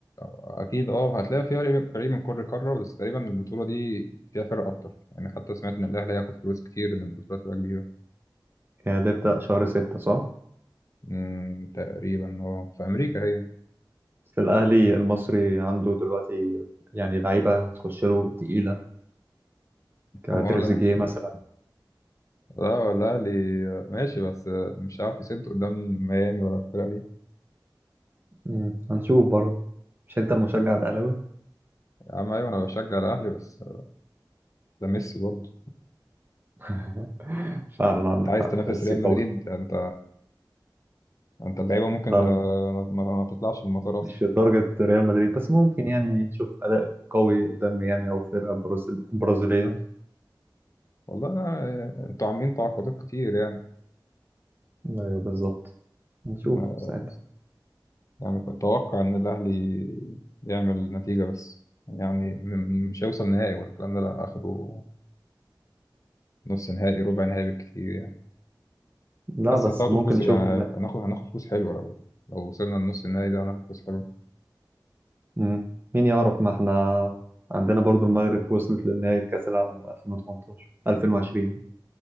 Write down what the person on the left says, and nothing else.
اكيد اه هتلاقي في فريق فريق من كل قاره بس تقريبا البطوله دي فيها فرق اكتر يعني حتى سمعت ان الاهلي هياخد فلوس كتير ان البطوله تبقى كبيره
امم تقريبا اه في امريكا هي
هو لا
لا الأهلي ماشي بس مش عارف يسد قدام ميامي ولا الفرقة دي
يا عم أيوة أنا بشجع الأهلي بس ده ميسي برضه
أنت عايز
تنافس
ريال
مدريد أنت أنت اللعيبة ممكن
آه، ما, ما ما تطلعش من المطار أصلا
والله أنا أنتوا عاملين تعاقدات كتير يعني
ما
يعني أتوقع إن الأهلي يعمل نتيجة بس يعني م- مش هيوصل نهائي ولا الكلام ده لا آخره نص نهائي ربع نهائي بالكتير يعني
بس
هتاخدوا
فلوس
يعني هناخد هناخد فلوس حلوة لو لو وصلنا لنص النهائي ده هناخد فلوس حلوة